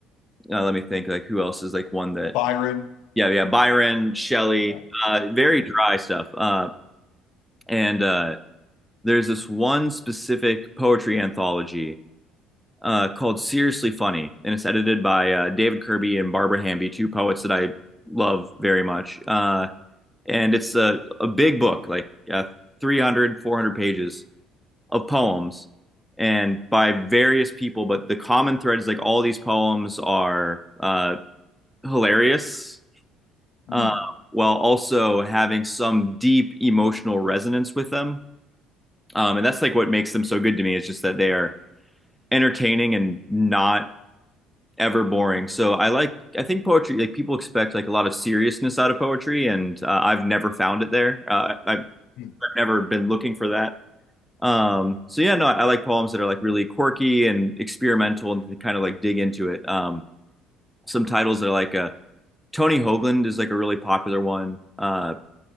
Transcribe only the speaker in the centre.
uh, let me think, like who else is like one that?
Yeah, yeah, Byron, Shelley,
uh, very
dry stuff. Uh, and uh, there's this one specific poetry anthology uh, called Seriously Funny, and it's edited by uh, David Kirby and Barbara Hamby, two poets that I love very much. Uh, and it's a, a big book like uh, 300 pages of poems and by various people but the common thread is like all these poems are uh, hilarious uh,
while also having some deep emotional resonance with them um, and that's like what makes them so good to me It's just that they are entertaining and not ever boring so i like i think poetry like people expect like a lot of seriousness out of poetry and uh, i've never found it there uh, i
never been looking for that. Um, so yeah, no, I, like poems that are like really quirky and experimental and kind of like dig into it. Um, some titles that are like a Tony Hoagland is like a really popular one. Uh,